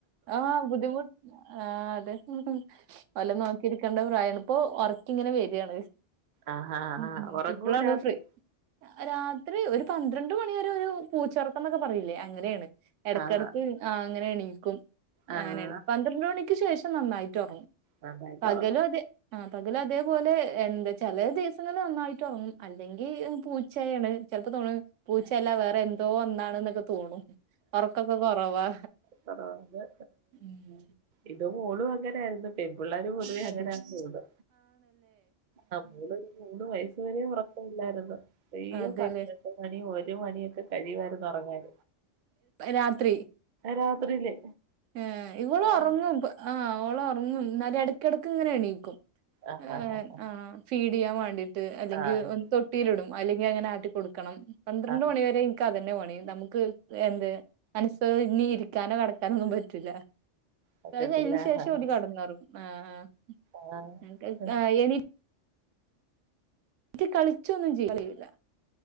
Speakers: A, on the right (about 80°); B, on the right (about 55°).
A: ആഹ് ബുദ്ധിമുട്ട് ആഹ് അതെ വല്ല നോക്കി ഇരിക്കേണ്ട പ്രായമാണ് ഇപ്പൊ ഉറക്കം ഇങ്ങനെ വരികയാണ്
B: ആഹാ ആഹാ
A: ഉം ഉം
B: ഉറങ്ങുവോ
A: ഇപ്പളാണ്
B: രാത്രി
A: ഫ്രീ രാത്രി ഒരു പന്ത്രണ്ട് മണി വരെ ഒരു പൂച്ചയൊക്കം ന്നൊക്കെ പറയില്ലേ അങ്ങനെയാണ് ഇടക്കിടക്ക്
B: ആഹ്
A: ആഹ് അങ്ങനെ എണീക്കും
B: ആഹ്
A: അങ്ങനെയാണ് പന്ത്രണ്ട് മണിക്ക് ശേഷം നന്നായിട്ട് ഉറങ്ങും
B: നന്നായിട്ട്
A: പകലും
B: ഉറങ്ങും
A: അതെ ആഹ് പകല് അതേപോലെ എന്ത് ചില ദിവസങ്ങളി നന്നായിട്ട് ഉറങ്ങും അല്ലെങ്കിൽ പൂച്ചയാണ് ചിലപ്പോ തോണു പൂച്ചല്ല വേറെ എന്തോ ഒന്നാണ് എന്നൊക്കെ തോണും ഉറക്കൊക്കെ കൊറവാ
B: കൊറവാ
A: ഉം
B: ഇത് മോളും അങ്ങനൊയിരുന്നു പെൺപിള്ളേര് പൊതുവേ
A: അതെ
B: അങ്ങനെ ആണെന്ന് തോന്നു ആഹ് മൂന്ന് മൂന്ന് വയസ്സ് വര ഉറക്കമല്ലായിരുന്നു <unintelligible> <unintelligible>
A: അതെല്ലേ
B: മണി ഒരു മണിയൊക്കെ കഴിയുവാരുന്നുറങ്ങാൻ
A: രാത്രി
B: രാത്രിയില്
A: ഏഹ് ഇവള്
B: ആഹ്.
A: ഉറങ്ങും ആഹ് അവളും ഉറങ്ങും എന്നാല് ഇടക്കിടക്ക് ഇങ്ങനെ എണീക്കും
B: ആഹാഹാഹാ!
A: ഏഹ് ആഹ് ഫീഡ് ചെയ്യാൻ വേണ്ടിട്ട് അല്ലെങ്കിൽ
B: ആഹ്.
A: തൊ തൊട്ടിയിലിടും അല്ലെങ്കിൽ അങ്ങനെ ആട്ടി കൊടുക്കണം പന്ത്രണ്ട്
B: ആഹാ!
A: മണി വരെ ഇത്അതന്നെ പണി നമുക്ക് എന്ത് മനസ്സ് ഇനി ഇരിക്കാനോ കടക്കാനോ ഒന്നും പറ്റില്ല
B: പറ്റത്തില്ല.
A: അത് കഴിഞ്ഞ്
B: ആഹാഹാ!
A: ശേഷം ഓല് കടന്നുറങ്ങും ആഹ്
B: ആഹ്.
A: ആഹ്എനി <unintelligible> കളിച്ചൊന്നും ചെ യൂലാ